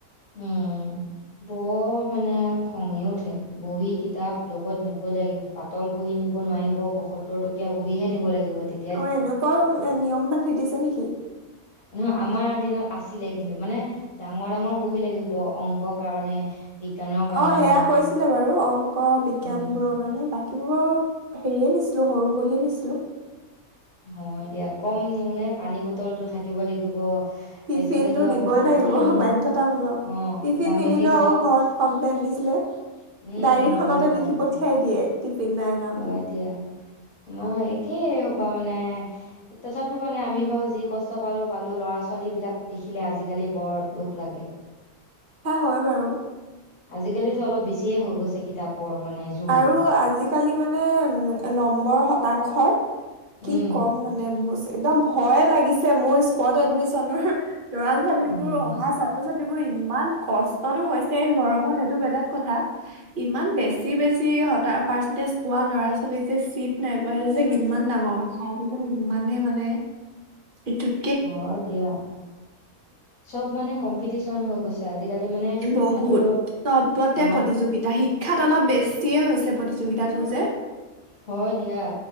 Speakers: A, on the left (about 65°); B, on the right (about 45°).
A: উম বৰ মানে খঙে উঠে বহি কিতাপ লগত নিবই লাগিব পাতল বহি নিব নোৱাৰিব পয়সত্তৰ টকীয়া বহিহে নিব লাগিব তেত
B: অ এনেকুৱাও নিয়ম বান্ধি দিছে নেকি
A: নহয় আমাৰ দিনত আছিলে কিন্তু মানে ডাঙৰ ডাঙৰ বহি লাগিব অংকৰ কাৰণে বিজ্ঞানৰ কাৰণে
B: অ সেয়া
A: মানে
B: কৈছিলে বাৰু অংক বিজ্ঞান
A: উম,
B: বোৰৰ কাৰণে বাক বাকী বোৰ বাৰু হেৰিয়ে নিছিলোঁ সৰু বহিয়ে নিছিলোঁ
A: হয় দিয়া কম নিও নে পানী বটলটো থাকিব লাগিব
B: টিফিন
A: তাৰপিছতেতো
B: টো নিবই
A: আকৌ টিফিন
B: লাগিব বাধ্যতামূলক
A: অ',
B: টিফিন
A: জ্যামিতি
B: নিনিলো
A: বক্স
B: আকৌ ঘৰত কমপ্লেইন দিছিলে
A: উম,
B: ডায়ৰীখনতে
A: ঘৰ একদম
B: লিখি পথিয়া দিয়ে টিফিন নাই অনা।
A: হয়
B: বুলি।
A: দিয়া আমাৰ একেই সোপা মানে তথাপিও মানে আমি বাৰু যি কষ্ট পালো পালো ল'ৰা ছোৱালী বিলাক দেখিলে আজিকালি বৰ দুখ লাগে <unintelligible>
B: সেয়া হয় বাৰু
A: আজিকালিতো অলপ বেছিয়ে হৈ গৈছে কিতাপৰ মানে জোৰটো
B: আৰু আজিকালি মানে নম্বৰ শতাংশৰ
A: উম
B: কি ক'ম মানে একদম ভয়ে লাগিছে মোৰ স্পত এডমিশ্যনৰ লৰা ছোৱালীবোৰ
A: উম
B: অহা ছাত ছাত্ৰ ছাত্ৰীবোৰ ইমান কষ্টতো হৈছে গৰমত সেইটো বেলেগ কথা ইমান বে বেছি বেছি শতা পাৰ্চেন্টেজ পোৱা ল'ৰা ছোৱালী যে চিট নাই পোৱা সেইটো যে কিমান ডাঙৰ কথ থা আজিকালি ইমানেই মানে, এইটোত
A: হয়, দিয়া, চব মানে কম্পিটিচন হৈ গৈছে, আজিকালি মানে শিক্ষাটো
B: বহুত চবতে
A: অ
B: প্ৰতিযোগিতা, শিক্ষাত অলপ বেছিয়ে হৈছে প্ৰতিযোগিতাটো যে।
A: হয় দিয়া।